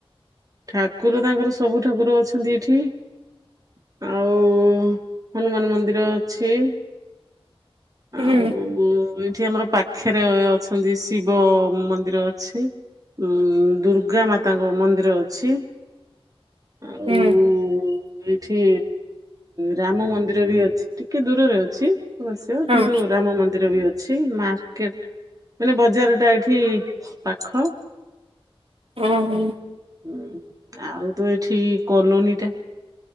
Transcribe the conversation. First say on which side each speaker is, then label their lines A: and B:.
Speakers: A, on the right; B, on the right.
A: ଠାକୁର ତାଙ୍କର ସବୁ ଠାକୁର ଅଛନ୍ତି ଏଠି। ଆଉ ହନୁମାନ ମନ୍ଦିର ଅଛି।
B: ହୁଁ
A: ଆଉ ଏଇଠି ଆମର ପାଖରେ ଅଛନ୍ତି ଶିବ ମନ୍ଦିର ଅଛି। ଉଁ ଦୁର୍ଗା ମାତାଙ୍କ ମନ୍ଦିର ଅଛି। ଆଉ
B: ହୁଁ
A: <unintelligible> ଠି ରାମ ମନ୍ଦିର ବି ଅଛି ଟିକେ ଦୂରରେ ଅଛି। ଅବଶ୍ୟ
B: ହଁ
A: କିନ୍ତୁ ରାମ ମ ନ୍ଦିର ବି ଅଛି ମାର୍କେଟ ମାନେ ବଜାର ଟା ଏଇଠି ପାଖ।
B: ଅ ହୁଁ।
A: ହୁଁ ଆଉ ତ ଏଠି କଲୋନୀ ଟା